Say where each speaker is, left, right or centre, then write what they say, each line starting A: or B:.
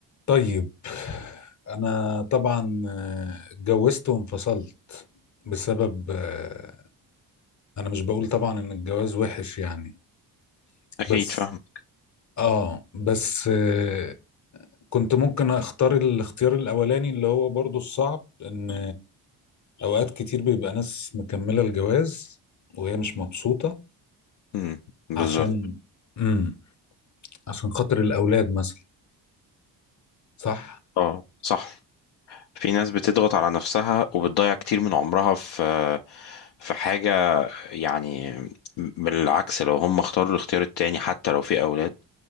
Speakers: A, on the left; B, on the left.
A: طيب انا طبعا آه، اتجوزت وانفصلت بسبب آه، انا مش بقول طبعا ان الجواز وحش يعني
B: أكيد
A: بس
B: فاهم
A: اه بس آه، كنت ممكن اختار الاختيار الاولاني اللي هو برضو الصعب ان اوقات كتير بيبقى ناس مكملة الجواز وهي مش مبسوطة
B: امم بالظبط
A: عشان امم عشان خاطر الاولاد مثلا صح
B: اه صح في ناس بتضغط على نفسها وبتضيع كتير من عمرها في في حاجة يعني بالعكس لو هم اختاروا الاختيار التاني حتى لو في أولاد